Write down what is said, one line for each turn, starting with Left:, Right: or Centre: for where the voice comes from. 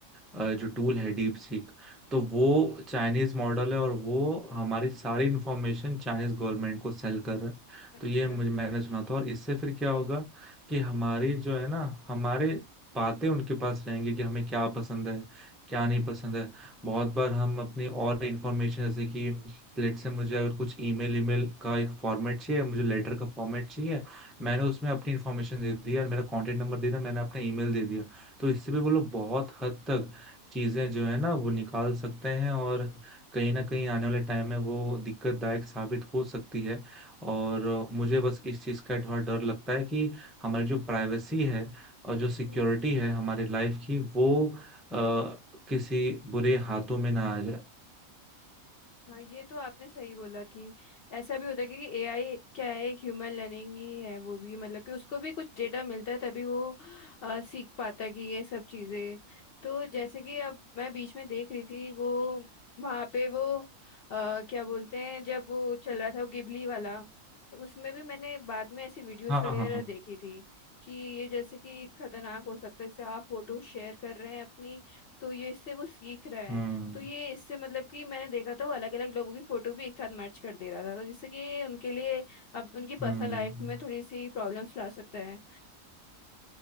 Centre: अ, जो टूल है डीप सीक तो वो
Left: हम्म।
Centre: चाइनीज मॉडल है और वो हमारी सारी इंफॉर्मेशन चाइनीज गवर्नमेंट को सेल कर रहा है
Left: अच्छा
Centre: तो ये मुझे मैंने सुना था और इससे फिर क्या होगा कि हमारी जो है ना हमारे बातें उनके पास रहेंगी कि हमें क्या पसंद है क्या नहीं पसंद है बहुत बार हम अपनी और इंफॉर्मेशन जैसे कि लेट से मुझे अगर कुछ ईमेल ईमेल का एक फॉर्मेट चाहिए मुझे लेटर का फॉर्मेट चाहिए मैंने उसमें अपनी इन्फॉर्मेशन दे दी और मेरा कॉन्टेक्ट नंबर दे दिया मैंने अपना ईमेल दे दिया तो इससे भी वो लोग बहुत हद तक चीजें जो है ना वो निकाल सकते हैं और कहीं ना कहीं आने वाले टाइम में वो दिक्कतदायक साबित हो सकती है और मुझे बस इस चीज का थोड़ा डर लगता है कि हमारी जो प्राइवेसी है और जो सिक्योरिटी
Left: हम्म
Centre: है हमारी लाइफ की वो आ, किसी बुरे हाथों में ना आ जाए
Left: हाँ ये तो आपने सही बोला कि ऐसा भी होता है कि एआई क्या है एक ह्यूमन लर्निंग ही है वो भी मतलब कि उसको भी कुछ डेटा मिलता है तभी वो अ, सीख पाता है कि ये सब चीजें तो जैसे कि अब मैं बीच में देख रही थी वो वहाँ पे वो अ, क्या बोलते हैं जब वो चल रहा था वो गिबली वाला तो उसमें भी मैंने बाद में ऐसी वीडियोस
Centre: हाँ
Left: वगैरह
Centre: हाँ हाँ
Left: देखी थी कि ये जैसे कि खतरनाक हो सकता है जैसे आप फोटो शेयर कर रहे हैं अपनी तो ये इससे वो सीख रहा है
Centre: हम्म
Left: तो ये इससे मतलब कि मैंने देखा था वो अलग अलग लोगों की फोटो भी एक साथ मर्ज कर दे रहा था तो जिससे कि उनके लिए अब उनकी पर्सनल
Centre: हम्म
Left: लाइफ में थोड़ी सी प्रॉब्लम्स ला सकता है